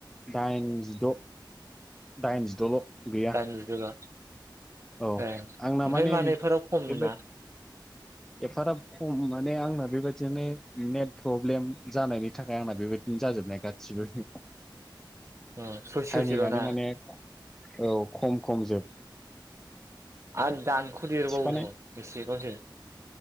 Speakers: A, in the centre; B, on the right (about 35°).
A: दाइनजिद' दाइनजिद'ल' गैया
B: दाइनजिद'बा
A: औ
B: ए
A: आंना
B: ओमफाय
A: माने
B: मानो एफाराव खम
A: बेबायदि
B: नोंना <inaudible>
A: एफाराब खम माने आंना बेबायदिनो नेट फ्रब्लेम जानायनि थाखाय आंना बेबायदिनो जा जाजोबनाय गाससिबो
B: <inaudible> ससे ससेल'
A: थाइमिंआनो
B: ना
A: माने औ खम खम जोब
B: आरो दानखु देरबावोथ'
A: थिखानाय
B: बेसेबांसो